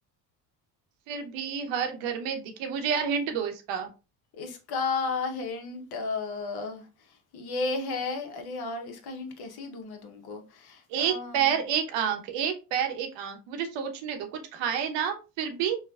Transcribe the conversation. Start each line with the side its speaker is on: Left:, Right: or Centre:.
Right: फिर भी हर घर में दिखे मुझे यार हिंट दो इसका
Left: इसका हिंट अ, ये है अरे यार इसका हिंट कैसे ही दूं मैं तुमको अ,
Right: एक पैर एक आंख एक पैर एक आंख मुझे सोचने दो कुछ खाए ना फिर भी